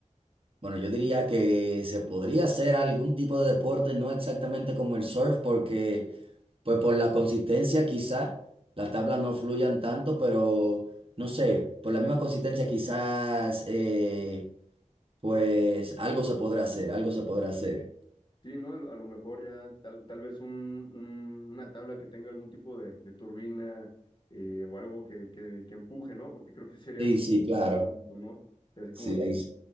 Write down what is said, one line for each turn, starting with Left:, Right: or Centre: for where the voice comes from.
Right: Bueno, yo diría que se podría hacer algún tipo de deporte, no exactamente como el surf, porque Pues por la consistencia quizá las tablas no fluyan tanto, pero no sé, por la misma consistencia quizás eh, pues algo se podrá hacer, algo se podrá hacer.
Left: sí, ¿no? A, lo a lo mejor ya tal, tal vez un, un- una tabla que tenga algún tipo de, de turbina eh, o algo que, que, que empuje, ¿no? Porque creo que sería
Right: Sí,
Left: muy
Right: sí, claro.
Left: tonto, ¿no? O sea, Así
Right: Sí,
Left: como, de,
Right: ahí. s-